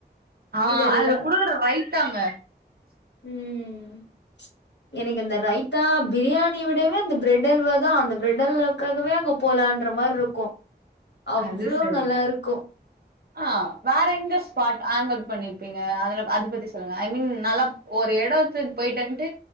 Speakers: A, on the right (about 65°); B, on the left (about 85°).
A: ஆ
B: இதெல்லா
A: அதுல குடுக்கிற ரைத்தாங்க
B: ம் எனக்கு இந்த ரைத்தா பிரியாணி விடவே அந்த பிரெட் அல்வா தா அந்த பிரெட் அல்வாக்காகவே அங்க போலான்ற மாரி ருக்கு அவ்ளோ
A: அது சரி
B: நல்லா ருக்கு
A: ஆ வேற எங்க ஸ்பாட் ஆங்க் அவுட் பண்ணீர்ப்பீங்க அதுல அத பத்தி சொல்லுங்க ஐ மீன் நல்லா ஒரு எடத்துக் போய்ட் வந்ட்டு